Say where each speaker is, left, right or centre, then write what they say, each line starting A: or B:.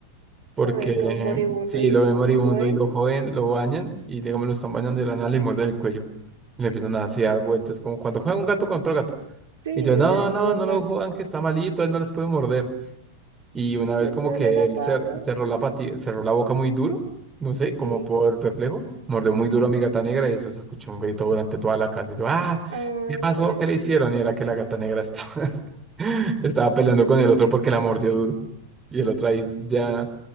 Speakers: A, on the right (about 15°); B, on the right (about 60°).
A: Porque
B: Lo ven todo moribundo
A: si
B: y
A: lo
B: lo,
A: ven moribundo
B: lo joven.
A: y lo joden, lo bañan y digamos lo están bañando de la nada, le muerden el cuello. Y le empiezan a así a dar vueltas, como cuando juega un gato con otro gato.
B: Sí,
A: Y yo, no,
B: o sea, lo
A: no,
B: normal.
A: no lo jodan, que está malito, él no les puede morder. Y una vez
B: Y él
A: como
B: duele
A: que
B: la
A: él
B: pata.
A: cer- cerró la pati- cerró la boca muy duro, no sé,
B: Sí.
A: como por reflejo, mordió muy duro a mi gata negra y eso se escuchó un grito durante toda la casa. Yo, ah,
B: Ay,
A: ¿qué pasó?
B: pobrecito.
A: ¿Qué le hicieron? Y era que la gata negra estaba, <laughs> estaba peleando con el otro porque la mordió duro. Y el otro ahí ya,